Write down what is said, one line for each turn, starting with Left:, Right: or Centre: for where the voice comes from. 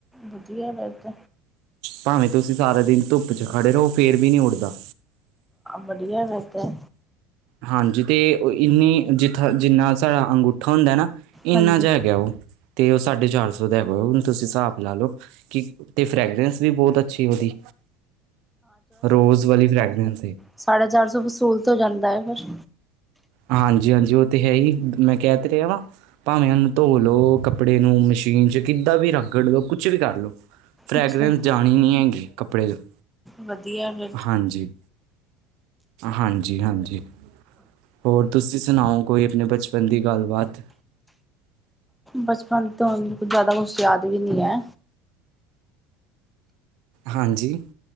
Centre: ਵਧੀਆ ਬਤ
Right: ਭਾਵੇਂ ਤੁਸੀਂ ਸਾਰਾ ਦਿਨ ਧੁੱਪ ਚ ਖੜੇ ਰਹੋ ਫੇਰ ਵੀ ਨਹੀਂ ਉੱਡਦਾ
Centre: ਬੜੀਆਂ ਵ ਤੇ
Right: ਹਾਂਜੀ ਤੇ ਇਨੀ ਜਿੱਥੇ ਜਿੰਨਾ ਸਾਡਾ ਅੰਗੂਠਾ ਹੁੰਦਾ ਨਾ
Centre: ਹਾਂਜੀ
Right: ਇੰਨਾ ਜੇਹਾ ਹੈਗਾ ਉਹ ਤੇ ਉਹ ਸਾਢੇ ਚਾਰ ਸੌ ਦਾ ਹੈਗਾ ਹਣ ਤੁਸੀਂ ਹਿਸਾਬ ਲਾ ਲਓ ਕਿ ਤੇ ਫਰੈਗਰੈਂਸ ਵੀ ਬੋਤ ਅੱਛੀ ਓਦੀ ਰੋਜ਼ ਵਾਲੀ ਫਰੈਗਰੈਂਸ
Centre: ਸਾਢਾ ਚਾਰ ਸੌ ਵਸੂਲ ਤੋਂ ਜਾਂਦਾ ਹੈ ਫਿਰ
Right: ਹਾਂਜੀ ਹਾਂਜੀ ਉਹ ਤੇ ਹੈ ਹੀ ਮੈਂ ਕਹਿ ਤੇ ਰਿਹਾ ਵਾਂ ਭਾਵੇਂ ਉਹਨੂੰ ਧੋ ਲਓ ਕੱਪੜੇ ਨੂੰ ਮਸ਼ੀਨ ਚ ਕਿੱਦਾਂ ਵੀ ਰਗੜ ਲਓ ਕੁਛ ਵੀ ਕਰ ਲਉ ਫਰੈਗਰੈਂਸ
Centre: ਅੱਛਾ
Right: ਜਾਣੀ ਨਹੀਂ ਹੈਗੀ ਕੱਪੜੇ ਤੋਂ
Centre: ਵਧੀਆਫੇ
Right: ਹਾਂਜੀ ਹਾਂਜੀ ਹਾਂਜੀ ਹੋਰ ਤੁਸੀਂ ਸੁਣਾਓ ਕੋਈ ਆਪਣੇ ਬਚਪਨ ਦੀ ਗੱਲਬਾਤ
Centre: ਬਚਪਨ ਤੋਂਨੂੰ ਜ਼ਿਆਦਾ ਕੁਛ ਯਾਦ ਵੀ ਨੀ ਹੈ
Right: ਹਾਂਜੀ